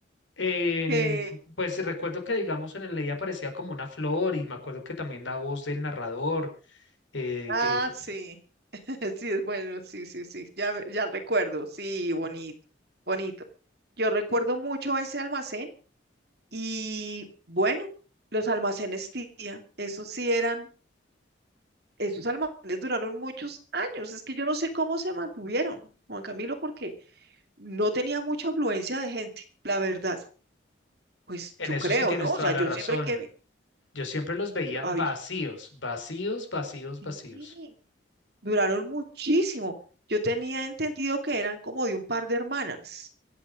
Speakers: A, on the left; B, on the right.
A: En-
B: Que,
A: pues recuerdo que, digamos, en el ley aparecía como una flor y me acuerdo que también la voz del narrador, eh,
B: ah,
A: que, que-
B: sí, <laughs> sí, es bueno, sí, sí, sí, ya, ve- ya recuerdo, sí, bonito, bonito. Yo recuerdo mucho ese almacén. Y bueno, los almacenes tía, esos sí eran, esos almacenes duraron muchos años. Es que yo no sé cómo se mantuvieron, Juan Camilo, porque no tenía mucha afluencia de gente, la verdad. Pues
A: en
B: yo
A: eso
B: creo,
A: sí tienes
B: ¿no? O
A: toda
B: sea,
A: la
B: yo
A: razón.
B: siempre que me,
A: Yo siempre los veía
B: yo, había,
A: vacíos, vacíos, vacíos,
B: sí,
A: vacíos.
B: duraron muchísimo. Yo tenía entendido que eran como de un par de hermanas,